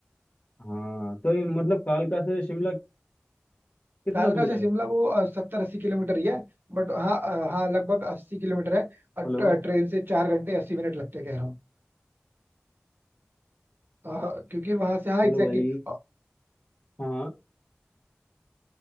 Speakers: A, on the left; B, on the right.
A: हाँ तो ये मतलब कालका से शिमला कितना
B: कालका
A: दूर
B: से
A: है
B: शिमला वो सत्तर अस्सी किलोमीटर ही है बट हाँ अ, हाँ लगभग अस्सी किलोमीटर है और
A: हेलो
B: ट्रेन से चार घंटे अस्सी मिनट लगते हैं, कह रहा हूँ हाँ, क्योंकि वहां से हाँ
A: हेलो
B: एग्जैक्टली
A: भाई
B: exactly.
A: हाँ हाँ